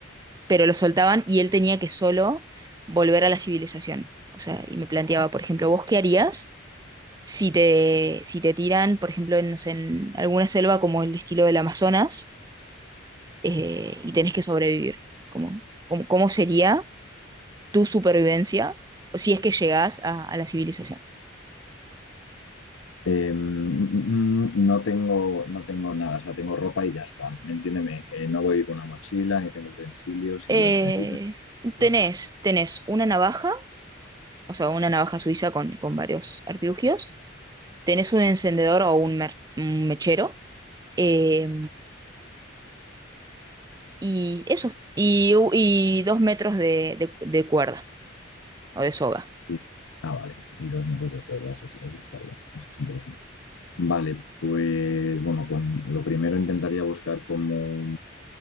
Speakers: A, on the right; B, on the left.
A: pero lo soltaban y él tenía que solo volver a la civilización. O sea, y me planteaba, por ejemplo, ¿vos qué harías si te, si te tiran, por ejemplo, en, no sé, en alguna selva como el estilo del Amazonas? eh, y tenés que sobrevivir. ¿Cómo, cómo, cómo sería tu supervivencia si es que llegás a, a la civilización?
B: Eh, mm, mm, mm, no tengo, no tengo nada, o sea, tengo ropa y ya está. ¿Me entiéndeme? Eh, no voy con una mochila, ni tengo utensilios, simplemente
A: Eh,
B: me tiran pues, con
A: tenés,
B: la vida.
A: tenés una navaja, o sea, una
B: ¿vale?
A: navaja suiza con, con varios artilugios, tenés un encendedor o un, mer- un mechero, eh, y eso, y, u- y dos metros de, de- de cuerda o de soga.
B: Y- ah, vale. Y dos metros de cuerda, eso, es- eso está bien, eso es interesante. Vale, pues bueno, con lo primero intentaría buscar como